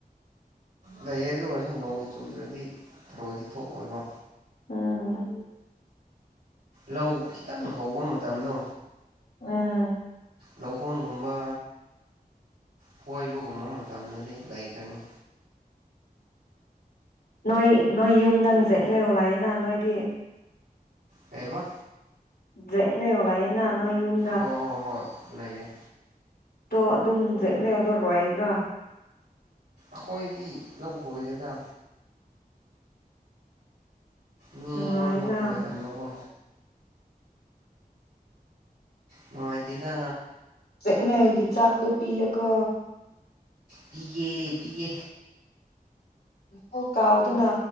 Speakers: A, on the right (about 85°); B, on the left (about 80°).
A: ꯂꯩꯌꯦ ꯑꯗꯨ ꯑꯣꯏꯔꯁꯨ ꯅꯣꯡ ꯆꯨꯗ꯭ꯔꯗꯤ ꯊꯔꯣꯏꯗꯤ ꯊꯣꯛꯑꯣꯏꯕ
B: ꯎꯝ
A: ꯂꯧ ꯈꯤꯇꯪ ꯍꯧꯕ ꯃꯇꯝꯗꯣ
B: ꯎꯝ
A: ꯂꯧꯍꯣꯟꯒꯨꯝꯕ ꯀꯣꯏꯕꯒꯨꯝꯕ ꯃꯇꯝꯗꯗꯤ ꯂꯩꯈ꯭ꯔꯅꯤ
B: ꯅꯣꯏ ꯅꯣꯏ ꯌꯨꯝꯗ <unintelligible> ꯂꯥꯛꯏꯅ ꯅꯣꯏꯗꯤ
A: ꯀꯩꯑꯥꯕ
B: ꯖꯦꯛ ꯅꯦꯌꯣꯟ ꯂꯥꯛꯏꯅ ꯅꯣꯏ ꯌꯨꯝ
A: ꯍꯣꯏ ꯍꯣꯏ ꯍꯣꯏ ꯂꯩꯌꯦ
B: ꯇꯣ ꯑꯗꯨꯝ ꯖꯦꯛ ꯂꯤꯌꯣꯗꯣ ꯔꯣꯏꯕ꯭ꯔꯥ
A: ꯑꯩꯈꯣꯏꯗꯤ ꯂꯧ ꯈꯣꯏꯗꯦꯗ ꯃꯤꯉꯣꯟꯗ
B: ꯅꯨꯡꯉꯥꯏꯌꯦꯅ
A: ꯈꯣꯏꯍꯟꯕꯀꯣ ꯅꯨꯡꯉꯥꯏꯇꯦꯅ
B: ꯆꯦꯛꯅꯦꯜꯒꯤ ꯆꯥꯛꯇꯣ ꯄꯤꯌꯨꯀꯣ
A: ꯄꯤꯒꯦ ꯄꯤꯒꯦ
B: ꯑꯃꯨꯛ ꯀꯥꯎꯗꯅ